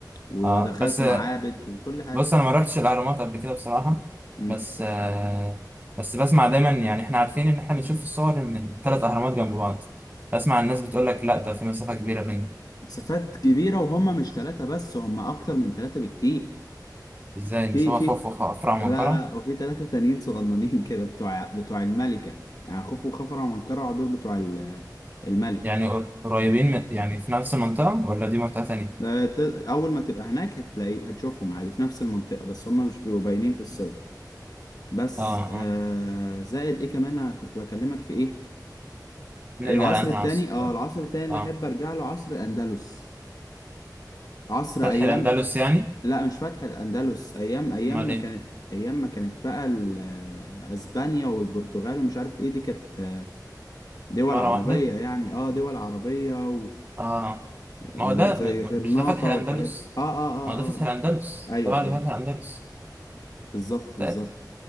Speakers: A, on the left; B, on the right.
A: ودخلت
B: اه بس آه،
A: معابد وكل حاجة
B: بص انا ما رحتش الاهرامات قبل كده بصراحة
A: مم.
B: بس آه بس بسمع دايما يعني احنا عارفين ان احنا بنشوف في الصور ان الثلاث اهرامات جنب بعض بسمع الناس بتقول لك لا ده في مسافة كبيرة بينهم
A: مسافات كبيرة وهم مش ثلاثة بس هم أكتر من ثلاثة بكتير
B: فازاي
A: في
B: مش هو
A: في
B: خوف وخفرع ومنقرع
A: لا لا وفي ثلاثة تانيين صغننين <laughs> كده بتوع بتوع الملكة يعني خوفو وخفرع ومنكرع دول بتوع ال- الملك
B: يعني قر- قريبين من- يعني في نفس المنطقة ولا دي منطقة تانية
A: ده ت- أول ما تبقى هناك هتلاقي هتشوفهم عادي في نفس المنطقة بس هم مش بيبقوا باينين في الصور بس
B: اه
A: آه
B: اه
A: زائد ايه كمان انا كنت بكلمك في ايه
B: نرجع
A: العصر
B: لأنهي
A: التاني
B: عصر
A: اه
B: طيب
A: العصر التاني اللي
B: اه
A: احب ارجع له عصر الاندلس عصر
B: فتح
A: ايام
B: الأندلس يعني
A: لا مش فتح الاندلس ايام ايام
B: أمال
A: ما
B: إيه
A: كانت ايام ما كانت بقى ال- آه، اسبانيا والبرتغال ومش عارف ايه دي كانت آه، دول
B: مرة
A: عربية
B: واحدة
A: يعني اه دول عربية
B: آه
A: وزي
B: ما هو ده م-
A: غرناطة
B: م- مش ده فتح الأندلس
A: والحاجات دي. اه اه اه
B: ما هو ده فتح
A: اه آه.
B: الأندلس
A: ايوه
B: ده بعد
A: ايوه
B: فتح الأندلس
A: بالظبط بالظبط
B: ده-